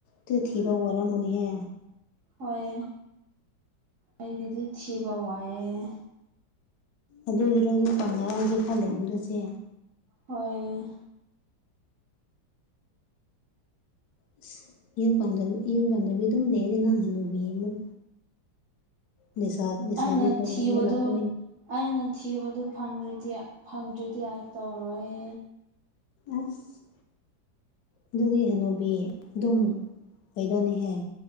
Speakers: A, on the left (about 70°); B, on the right (about 70°).
A: ꯇꯨ ꯊꯤꯕ ꯋꯥꯔꯝꯒꯅꯤꯍꯦ
B: ꯍꯣꯏ ꯑꯩꯒꯤꯗꯤ ꯊꯤꯕ ꯋꯥꯏꯑꯦ
A: ꯑꯗꯨꯒꯤꯔꯣ ꯌꯨꯝ ꯄꯟꯗꯅ ꯍꯧꯖꯤꯛ ꯐꯧ ꯂꯩꯕꯗꫭ ꯆꯦ
B: ꯍꯣꯏ
A: ꯑꯁ ꯌꯨꯝ ꯄꯥꯟꯕꯤ ꯌꯨꯝ ꯄꯥꯟꯗꯕꯤ ꯑꯗꯨꯝ ꯅꯦꯔꯗꯤ ꯅꯪ ꯍꯟꯅꯨꯕꯤ ꯑꯃꯨꯛ ꯅꯤꯁꯥ ꯅꯤꯁꯥꯕꯤ
B: ꯑꯩꯅ
A: ꯄꯔꯦꯡ
B: ꯊꯤꯕꯗꯨ
A: ꯑꯃ ꯂꯥꯛꯀꯅꯤ
B: ꯑꯩꯅ ꯊꯤꯕꯗꯨ ꯐꯪꯗ꯭ꯔꯗꯤ ꯐꯪꯗ꯭꯭ꯔꯗꯤ ꯑꯩ ꯇꯧꯔꯣꯏ
A: ꯑꯁ ꯑꯗꯨꯗꯤ ꯍꯅꯨꯕꯤ ꯑꯗꯨꯝ ꯀꯩꯗꯧꯅꯤꯍꯦ